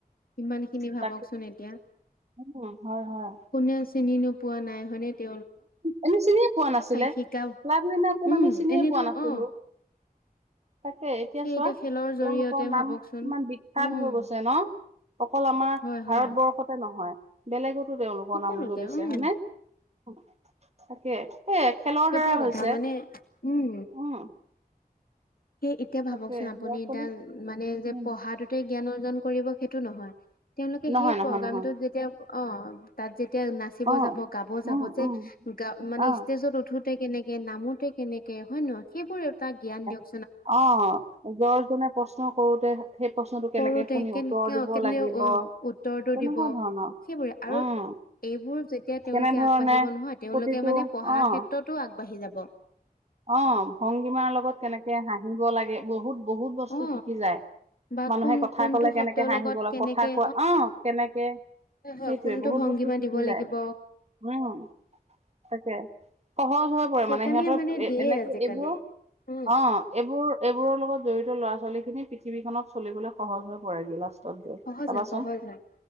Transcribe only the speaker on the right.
তাকে
উম হয় হয়
এনেি চিনিয়ে পোৱা নাছিলে
ক্লাকদিনা কোন
আমি চিনিয়ে
পোৱা নাছিলো।
তাকে এতিয়া
চোৱা
তেওঁলোকৰ নাম
ইমান বিখ্যাত
হৈ গৈছে ন। অকল আমাৰ
ভাৰতবৰ্ষতে নহয় বেলেগত। তেওঁলোকৰ
নাম উজলিছে
হ নে তাকে। স খেলৰ
দ্বাৰা
হৈছে
উম।
তাকে
ল'ৰা ছোৱালী
উম,
নহয়
নহয়
নহয়
অ
উম
উম
অ
অঁ জ্বৰ্জনে প্ৰশ্ন কৰোতে সেই প্ৰশ্নটো কেনেকে
শুনি
উত্তৰ দিব
লাগিব
তেনেকুৱা
ধৰণৰ
উম
কেনেধৰণে
প্ৰতিটো
অ
অ ভংগীমাৰ লগত কেনেকে হাঁহিব লাগে বহুত বহুত বস্তু
শিকি যায়।
মানুহে
কথা
কলে কেনেকে
হাঁহি
গ ল
কথা কোৱা অ কেনেকে।
সেইটোৱে
বহুত
বস্তু শিকি
যায়
উম তাকে। সহজ হৈ পৰে
সিহঁতৰ
এ
এনেকে
এইবোৰ
অ এইবোৰ- বোৰ এইবোৰৰ লগত জড়িত ল'ৰা ছোৱালী খিনি পৃথিৱী খনত চলিবলৈ সহজ হৈ পৰেগিলা। তত দ
চাবাচোন।